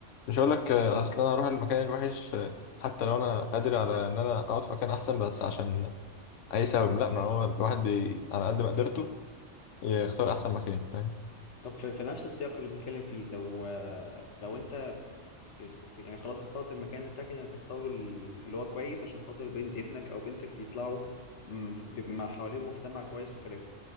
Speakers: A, on the left; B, on the left.
A: مش هقول لك آه، اصل انا اروح المكان الوحش آه، حتى لو انا قادر على ان انا اقعد في مكان احسن بس عشان اي سبب لا ما هو الواحد بي على قد ما قدرته يختار احسن مكان فاهم
B: طب في, في نفس السياق اللي بنتكلم فيه لو آه، لو انت في, في في- يعني خلاص اخترت المكان السكن اللي تختاره ال- اللي هو كويس عشان خاطر بين ابنك او بنتك يطلعوا م، ب- مع حواليهم مجتمع كويس وخلافه